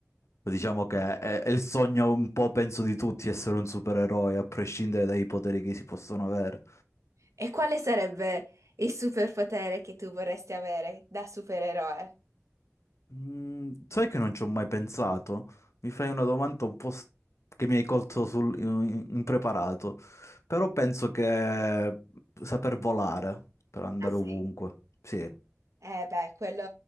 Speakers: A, on the left (about 70°); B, on the right (about 80°).
A: diciamo che è, è il sogno un po', penso, di tutti essere un supereroe, a prescindere dai poteri che si possono avere.
B: E quale sarebbe il superpotere che tu vorresti avere da supereroe?
A: Mm, sai che non ci ho mai pensato? Mi fai una domanda un po' s- che mi hai colto sul, in- impreparato, però penso che saper volare per andare
B: Ah
A: ovunque,
B: sì.
A: sì,
B: Eh beh, quello